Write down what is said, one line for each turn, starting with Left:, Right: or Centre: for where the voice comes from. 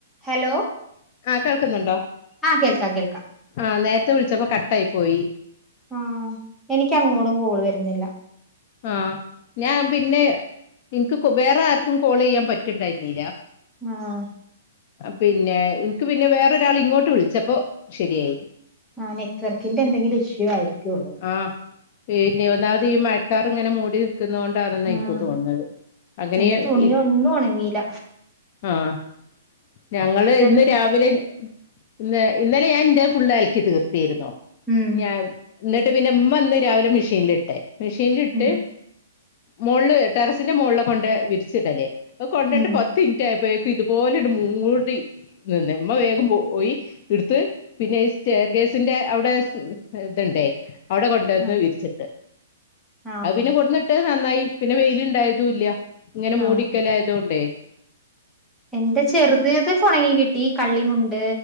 Centre: Hello
Left: ആഹ് കേൾക്കുന്നുണ്ടോ
Centre: ആഹ് കേൾക്കാം കേൾക്കാം
Left: ആഹ് നേരത്തെ വിളിച്ചപ്പോ കട്ടായി പോയി
Centre: ആഹ് എനിക്ക് അങ്ങോട് കോൾ വരുന്നില്ല
Left: ആഹ് ഞാൻ പിന്നെ ഇൻക്ക് വേറെ ആർക്കും കോളയ്യാൻ പറ്റിണ്ടായന്നില്ല
Centre: ആഹ്
Left: പിന്നെ ഇൻക്ക് പിന്നെ വേറൊരാൾ ഇങ്ങോട്ട് വിളിച്ചപ്പോ ശെരിയായി
Centre: ആഹ് നെറ്റ്‌വർക്കിന്റെ എന്തെങ്കിലും ഇഷ്യൂ ആയിരിക്കുവുള്ളൂ
Left: ആഹ് പിന്നെ ഒന്നാമത് ഈ മഴക്കാർ ഇങ്ങനെ മൂടി ക്കുന്നോണ്ടാണെന്ന് ഇൻക്ക്
Centre: ആഹ്
Left: തോന്നുന്നത് അങ്ങനേ
Centre: എന്റെ തുണി
Left: ഈഹ്
Centre: ഒന്നും ഉണങ്ങിയില്ല
Left: ആഹ് ഞങ്ങള്
Centre: രണ്ട്
Left: ഇന്ന് രാവിലെ ഇന്ന് ഇന്നലെ ഞാൻ എന്റെത് ഫുള്ള് അലക്കി തീർത്തീരുന്നു
Centre: ഉം
Left: ഞാൻ എന്നിട്ട് പിന്നെ ഉമ്മ ഇന്ന് രാവിലെ മെഷീനിലിട്ട് മെഷീനിലിട്ട്
Centre: ഉം
Left: മൊള് ടെറസ്ന്റെ മോള്ലാ കൊണ്ടയി വിര്ച്ചിടൽ പ്പ കൊണ്ടയ്ട്ട്
Centre: ഉം
Left: പത്ത്ൻറ്റ് ആയപ്പോഴേക്കും ഇത്. പോലെണ്ട് മൂടി നിന്ന് മ്മ വേഗം പോയി. ഇട്ത്ത് പിന്നെ സ്റ്റർഗേസിന്റെ അവ്ടെ ഇത്ണ്ടേ. അവ്ടെ കൊണ്ടന്ന്
Centre: ആഹ്
Left: വിരിച്ചിട്ട്
Centre: ആഹ്
Left: അഹ്പിന്നെ കൊട്ന്ന്. ട്ട നന്നായി പിന്നെ വെയിലുണ്ടായതൂല്ല ഇങ്ങനെ മൂടിക്കലായതോണ്ടേ.
Centre: ആഹ് എന്റെ ചെർതെയത് ക്കെണങ്ങി കിട്ടി കള്ളിമുണ്ട്.